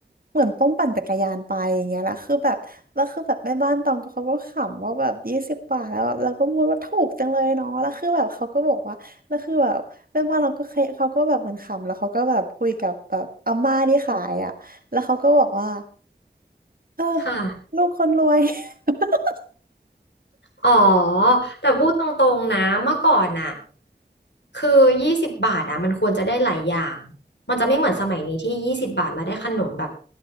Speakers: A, on the right; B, on the left.
A: เหมือนต้องปั่นจักรยานไปอย่างเงี้ยแหละคือแบบแล้วคือแบบแม่บ้านตองก็เขาก็ขำว่าแบบยี่สิบบาทแล้วแล้วก็พูดว่าถูกจังเลยเนาะแล้วคือแบบเขาก็บอกว่าแล้วคือแบบแม่บ้านเราก็เคยเขาก็แบบเหมือนขำแล้วเขาก็แบบคุยกับแบบอาม่าที่ขายอะแล้วเขาก็บอกว่าเออ
B: ๆค่ะ
A: ลูกคนรวย <laughs>
B: อ๋อแต่พูดตรงๆนะเมื่อก่อนน่ะคือยี่สิบบาทอ่ะมันควรจะได้หลายอย่างมันจะไม่เหมือนสมัยนี้ที่ยี่สิบบาทแล้วได้ขนมแบบ